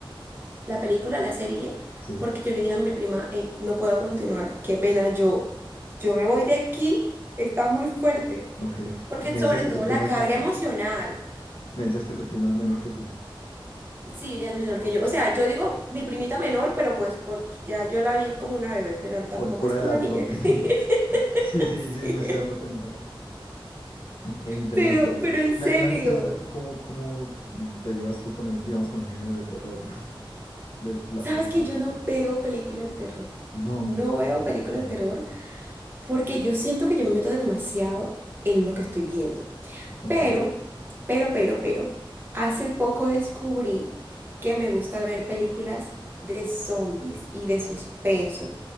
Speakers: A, on the right (about 25°); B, on the left (about 70°).
A: la película, la serie,
B: Sí.
A: porque yo le dije a mi prima, "Ey, no puedo continuar, qué pena, yo, yo me voy de aquí, está muy fuerte,
B: Ok.
A: porque
B: Y me
A: sobre
B: decías que
A: todo
B: tu prima
A: la
B: es
A: carga
B: menor.
A: emocional,
B: Me decías que tu prima es menor que tú.
A: sí, ella es menor
B: Ok.
A: que yo, o sea, yo digo mi primita menor, pero pues porque ya yo la vi como una bebé, pero tampoco
B: Por pura
A: es
B: edad,
A: una niña,
B: porque.
A: <laughs>
B: <laughs> Sí, sí,
A: Sí,
B: sí, me estoy dando cuenta. Ok, interesante.
A: pero, pero en serio,
B: Me, me hace pensar cómo, cómo te llevas tú con el, digamos, con el género de terror <laughs> de las
A: ¿sabes
B: películas.
A: que yo no veo películas de terror?
B: No,
A: No veo
B: porque.
A: películas de terror porque
B: Yo...
A: yo siento que yo me meto demasiado en lo que estoy viendo.
B: Ok,
A: Pero, pero, pero, pero, hace poco descubrí que me gusta ver películas de zombies y de suspenso.